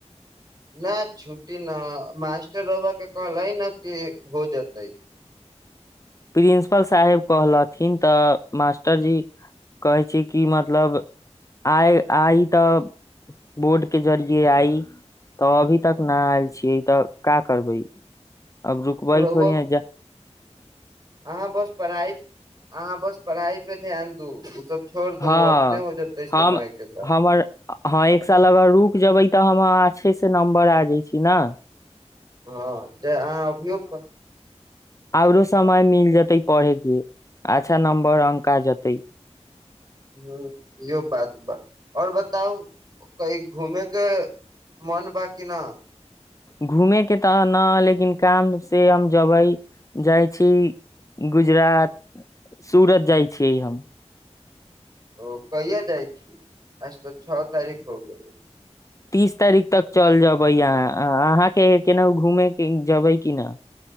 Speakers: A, on the right (about 35°); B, on the left (about 30°).
A: न छुट्टी न मास्टर बाबा के कहलै न कि हो जेतै
B: प्रिंसिपल साहेब कहलथिन तऽ मास्टरजी कहै छै कि मतलब आइ आइ तऽ बोर्डके जरिये आइ तऽ अभी तक नहि आयल छियै तऽ का करबै अब रुकबाइ
A: रौआ
B: थोड़ी ह जा
A: अहाँ बस पढ़ाइ अहाँ बस पढ़ाई पे <unintelligible>
B: हँ
A: ओ अपने हो जेतै समय
B: हम
A: के साथ
B: हमर हँ एक साल अगर रुक जेबै तऽ हम अच्छे से नम्बर आ जाइ छी ने
A: हँ च अहाँ अभियो प
B: आओरो समय मिल जेतै पढ़ेके अच्छा नम्बर अंक आ जेतै
A: ह इो बात पर आओर बताउ क घूमेके मोन बा कि न
B: घूमेके तऽ ने लेकिन कामसँ हम जबै जाइ छी गुजरात सूरत जाइ छियै हम
A: ओ कहिा जाइ छी आज तऽ छओ तारीख हो गेलै
B: तीस तारीख तक चल जेबै अहाँ अहाँके केनाहु घूमेके जेबै कि न